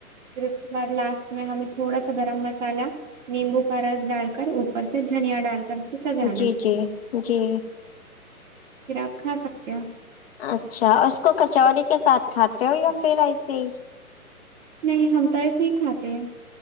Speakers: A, on the right; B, on the left.
A: پھر اس کے بعد لاسٹ میں ہمیں تھوڑا سا گرم مسالا نیمبو کا رس ڈال کر اوپر سے دھنیا ڈال کر اس کو سجانا
B: جی
A: ہے
B: جی جی
A: پھر آپ کھا سکتے ہو
B: اچھا اس کو کچوڑی کے ساتھ کھاتے ہو یا پھر ایسے ہی
A: نہیں ہم تو ایسے ہی کھاتے ہیں